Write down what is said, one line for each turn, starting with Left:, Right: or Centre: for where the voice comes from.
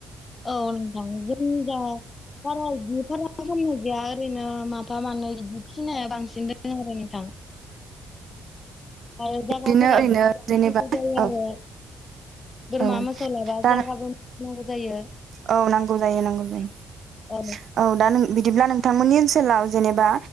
Left: औ नोंथां जों जा बारा इदि बारा फाराम खालामनाय गैया ओरैनो माफा मानै इदि फिसिनाया बांसिन दोङो आरो नोंथां। ओमफाय जायगाफोराबो
Right: बिदिनो ओरैनो
Left: गोबां
Right: जेनेबा
Left: नांगौ जायो
Right: औ
Left: आरो। बोरमा
Right: औ
Left: मोसौ लाबा
Right: दा
Left: जागाबो मोजां नांगौ जायो।
Right: औ नांगौ जायो नांगौ जायो
Left: औ
Right: औ दा नों बिदिब्ला नोंथांमोननि ओनसोलाव जेनेबा